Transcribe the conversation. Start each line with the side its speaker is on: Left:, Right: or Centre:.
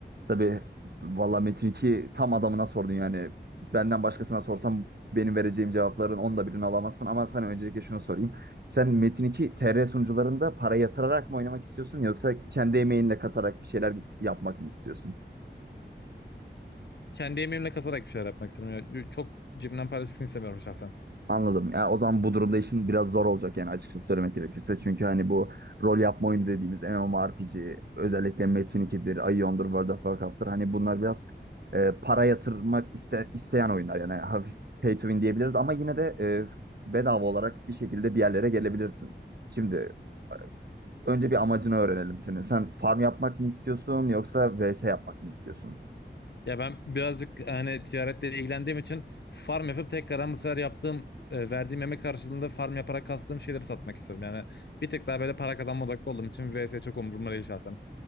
Right: Tabii valla Metin 2 tam adamına sordun yani. Benden başkasına sorsam benim vereceğim cevapların onda birini alamazsın. Ama sana öncelikle şunu sorayım. Sen Metin 2 TR sunucularında para yatırarak mı oynamak istiyorsun yoksa kendi emeğinle kasarak bir şeyler yapmak mı istiyorsun?
Left: Kendi emeğimle kasarak bir şeyler yapmak istiyorum. Ya, çok cebimden para çıksın istemiyorum şahsen.
Right: Anladım. Ya o zaman bu durumda işin biraz zor olacak yani açıkçası söylemek gerekirse. Çünkü hani bu rol yapma oyunu dediğimiz MMORPG, özellikle Metin 2'dir, Aion'dur, World of Warcraft'tır. Hani bunlar biraz e, para yatırmak iste, isteyen oyunlar. Yani hafif pay to win diyebiliriz ama yine de e, bedava olarak bir şekilde bir yerlere gelebilirsin. Şimdi önce bir amacını öğrenelim senin. Sen farm yapmak mı istiyorsun yoksa VS yapmak mı istiyorsun?
Left: Ya ben birazcık hani ticaretle ilgilendiğim için farm yapıp tekrardan bu sefer yaptığım e, verdiğim emek karşılığında farm yaparak kastığım şeyleri satmak istiyorum. Yani bir tık daha böyle para kazanma odaklı olduğum için vs çok umurumda değil şahsen.